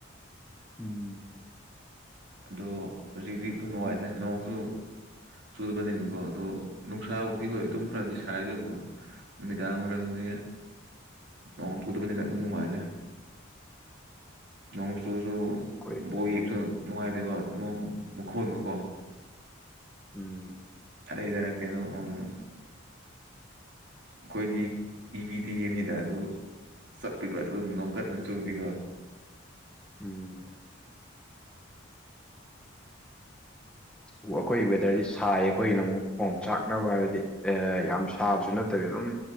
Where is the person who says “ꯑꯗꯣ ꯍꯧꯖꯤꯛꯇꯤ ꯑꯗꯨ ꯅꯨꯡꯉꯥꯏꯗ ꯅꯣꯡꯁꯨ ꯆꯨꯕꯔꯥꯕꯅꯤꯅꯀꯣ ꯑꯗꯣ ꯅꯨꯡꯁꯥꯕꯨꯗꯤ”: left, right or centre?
Right